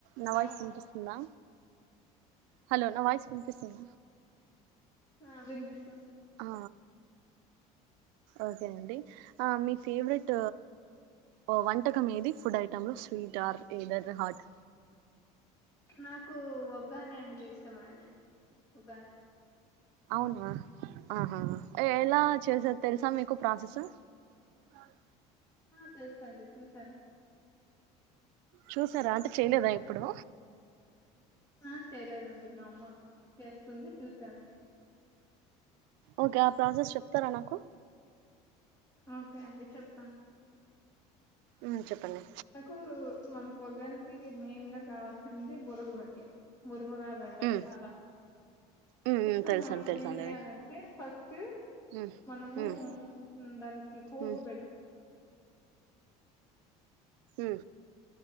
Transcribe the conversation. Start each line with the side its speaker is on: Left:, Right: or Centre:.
Right: నవాజ్
Left: Hello
Right: సంటసుందా hello నా voice పనిపిస్తుంద
Left: ఆ వినిపిస్తు
Right: ఆ ఓకేనండి ఆ మీ ఫేవరెట్ ఓ వంటకం ఏది ఫుడ్ ఐటెం లో స్వీ టార్ ఏదనా హట్
Left: నాకు వగ్గానే అంటే ఇష్టమండే వగ్గానే
Right: అవునా ఆహా ఎలా చేసేత్ తెలుసా మీకు ప్రాసెసు నడు
Left: ఆ తెలుసండి చూసావు.
Right: చూసారా అంటే చేయలేదా ఎప్పుడు
Left: ఆ చేయలేదండి. మామోస్ చేస్తుంది చూసానండి.
Right: ఓకే ఆ ప్రాసెస్ చెప్తారా నాకు
Left: ఓకే అండి చెప్తా
Right: హు చెప్పండి.
Left: నాకు మనకు వగానికి మెయిన్ గా కావాల్సింది బురుగు అండి. మురుమురాలు అంటారు
Right: ఉమ్
Left: చాలా
Right: ఉమ్
Left: ఫుఫో
Right: ఉమ్ తెలుసండి
Left: మనం
Right: తెలుసండి
Left: ఏం చేయాలంటే
Right: అవి
Left: ఫస్ టు
Right: ఉమ్
Left: మనము
Right: ఉమ్
Left: దానికి పోపు
Right: ఉమ్
Left: బెట్టు
Right: హు్